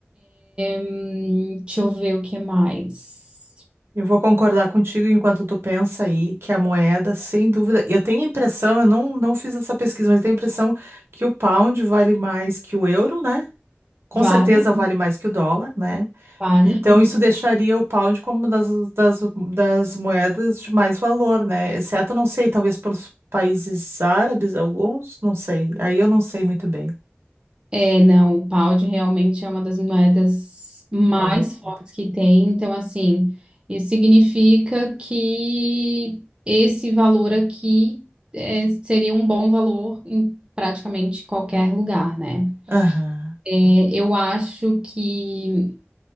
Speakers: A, on the right; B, on the right.
A: Hum, deixa eu ver o que mais.
B: Eu vou concordar contigo enquanto tu pensa aí que a moeda, sem dúvida, eu tenho a impressão, eu não, não fiz essa pesquisa, mas eu tenho a impressão que o pound vale mais que o euro, né? Com
A: Vale,
B: certeza vale mais que o dólar, né?
A: vale.
B: Então
A: Uhum.
B: isso deixaria o pound como uma das, das, das moedas de mais valor, né? Exceto, não sei, talvez pelos países árabes, alguns, não sei. Aí eu não sei muito bem.
A: É, não, o pound realmente é uma das moedas mais
B: Valorizado.
A: fortes que tem. Então, assim, isso significa que esse valor aqui é, seria um bom valor em praticamente qualquer lugar, né?
B: Aham.
A: É, eu acho que